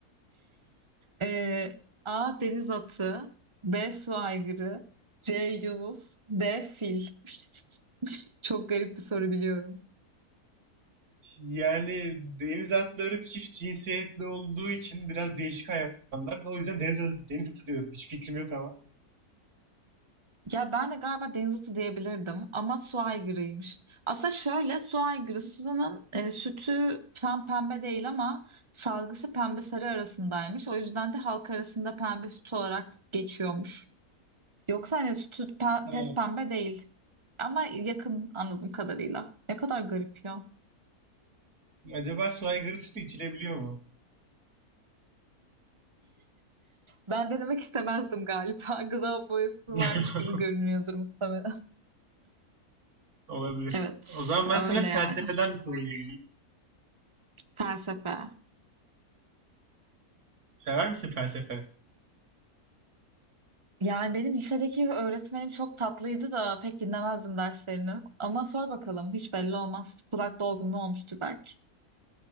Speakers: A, on the right (about 20°); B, on the right (about 75°).
A: Ee, A. Deniz atı. B. Su aygırı. C. Yunus. D. Fil. <laughs> Çok garip bir soru biliyorum.
B: Yani deniz atları çift cinsiyetli olduğu için biraz değişik hayvanlar. O yüzden deniz, deniz atı diyorum. Hiç fikrim yok ama.
A: Ya ben de galiba deniz atı diyebilirdim ama su aygırıymış. Aslında şöyle su aygırısının e, sütü tam pembe değil ama salgısı pembe sarı arasındaymış. O yüzden de halk arasında pembe süt olarak geçiyormuş. Yoksa hani sütü pe-
B: Ha.
A: pes pembe değil ama yakın anladığım kadarıyla. Ne kadar garip ya.
B: Acaba su aygırı sütü içilebiliyor mu?
A: Ben denemek istemezdim galiba. <laughs> Gıda boyası
B: <laughs>
A: varmış gibi görünüyordur muhtemelen.
B: Olabilir.
A: Evet,
B: O zaman ben
A: öyle
B: sana felsefeden
A: yani.
B: bir soru geleyim.
A: Felsefe.
B: Sever misin felsefe?
A: Yani benim lisedeki öğretmenim çok tatlıydı da pek dinlemezdim derslerini. Ama sor bakalım hiç belli olmaz. Kulak dolgunluğu olmuştur belki.